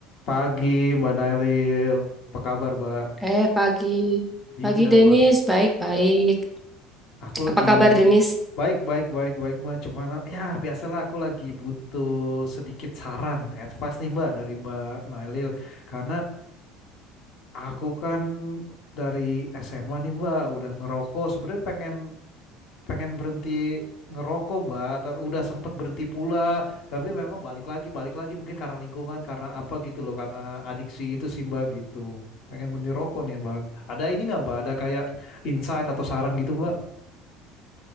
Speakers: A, on the left; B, in the centre.
A: Pagi, Mbak Nailil. Apa kabar, Mbak?
B: Eh, pagi.
A: Iya,
B: Pagi, Denis.
A: Mbak.
B: Baik-baik.
A: Aku lagi
B: Apa kabar, Denis?
A: baik, baik, baik, baik, Mbak. Cuman, ya biasalah aku lagi butuh sedikit saran, advice nih, Mbak, dari Mbak Nailil. Karena aku kan dari SMA nih, Mbak, udah ngerokok. Sebenarnya pengen pengen berhenti ngerokok Mbak, tapi udah sempet berhenti pula, tapi memang balik lagi, balik lagi mungkin karena lingkungan, karena apa gitu loh, karena adiksi itu sih Mbak gitu. Pengen berhenti rokok nih Mbak. Ada ini nggak Mbak? Ada kayak insight atau saran gitu Mbak?